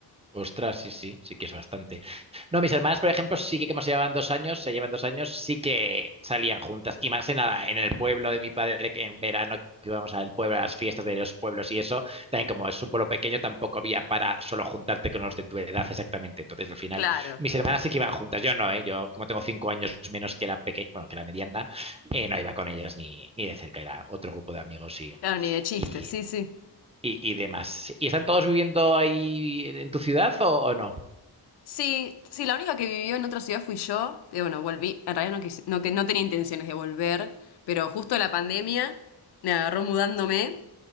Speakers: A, on the right; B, on the left.
A: Ostras, sí, sí, sí que es bastante. No, mis hermanas, por ejemplo, sí que como se llevaban dos años, se llevan dos años, sí que salían juntas. Y más en, la- en el pueblo de mi padre, que en verano que íbamos al pueblo, a las fiestas de los pueblos y eso, también como es un pueblo pequeño, tampoco había para solo juntarte con los de tu edad exactamente. Entonces, al final,
B: Claro,
A: mis hermanas sí que iban juntas. Yo no, ¿eh? Yo, como tengo cinco años menos que la pequeña, bueno, que la mediana, eh, no iba con ellas ni, ni de cerca, era otro grupo de amigos y,
B: claro, ni de chiste,
A: y,
B: sí, sí.
A: y- y demás. ¿Y están todos viviendo ahí en tu ciudad o o no?
B: Sí, sí, la única que vivió en otra ciudad fui yo. Y bueno, volví. En realidad no, quise- no, que no tenía intenciones de volver, pero justo la pandemia me agarró mudándome.